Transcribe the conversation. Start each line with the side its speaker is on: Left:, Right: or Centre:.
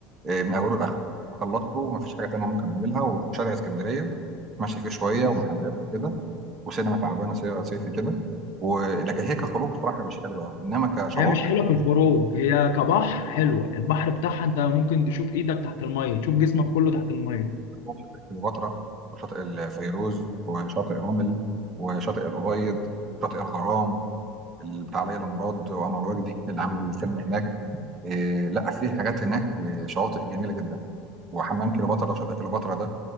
Right: آه، من اوله لاخره خلصته ما فيش حاجه تانيه ممكن اعملها وشارع اسكندريه ماشي فيه شويه
Left: بز-
Right: ومحلات وكده وسينما تعبانه صي- صيفي كده ولكن هي كخروج صراحه مش حلوه قوي انما كشواطئ
Left: هي مش حلوه في الخروج هي كبحر حلوه البحر بتاعها انت ممكن تشوف ايدك تحت الميه تشوف جسمك كله تحت الميه
Right: شاطئ كليوباترا وشاطئ الفيروز وشاطئ رمل وشاطئ الأبيض شاطئ الغرام اللي بتاع ليلى مراد وأنور وجدي اللي عملوا الفيلم هناك إيه لا في حاجات هناك إيه، شواطئ جميلة جدا وحمام كليوباترا شاطئ كليوباترا ده